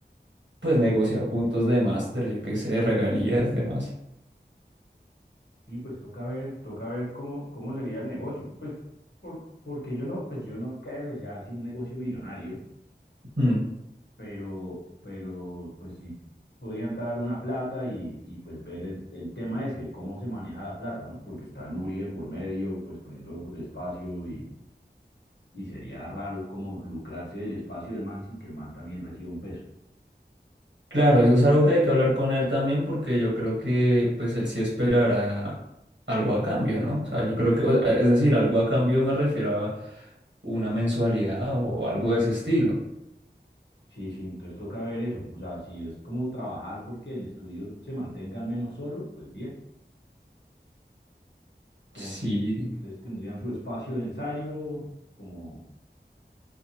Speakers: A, on the right; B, on the left.
A: pues negociar puntos de máster, yo qué sé, regalías, demás.
B: Sí, pues toca ver, toca ver cómo, cómo sería el negocio. Pues por, porque yo no, pues yo no creo que sea así un negocio millonario.
A: Mm.
B: pero, pero pues sí podría entrar una plata y, y pues ver el, el tema ese, cómo se maneja la plata, ¿no? Porque está Nuri de por medio, pues poniendo el espacio y, y sería raro como lucrarse del espacio del man sin que el man también reciba un peso.
A: Claro, eso es algo que hay que hablar con él también porque yo creo que pues él sí esperará algo a cambio, ¿no? O sea, yo
B: Sí,
A: creo que, o- eh, es decir, algo a cambio me refiero a una mensualidad o algo de ese estilo.
B: sí, sí, entonces toca ver eso, o sea, si es como trabajar porque el estudio se mantenga al menos solo, pues bien, como
A: Sí.
B: que ustedes tendrían su espacio de ensayo, como